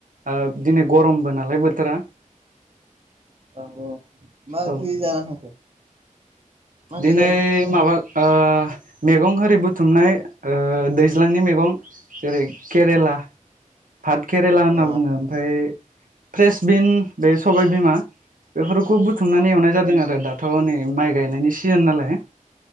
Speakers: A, on the right; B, on the right.
A: ओ दिनै गरमबो नालाय बोथोरा
B: औ मा ओंख्रि
A: औ
B: जाना थांखो मा ओंख्रि
A: दिनै
B: जायामोन
A: माबा ओ मैगं रि बुथुमनाय दैज्लांनि मैगं जेरै केरेला <unintelligible> केरेला
B: अ
A: होनना बुङो ओमफ्राय फ्रेसबिन बे सबायाइबिमा बेफोरखौ बुथुमनानै एवनाय जादों आरो दाथ' नै माइ गायनायनि सिजोन नालाय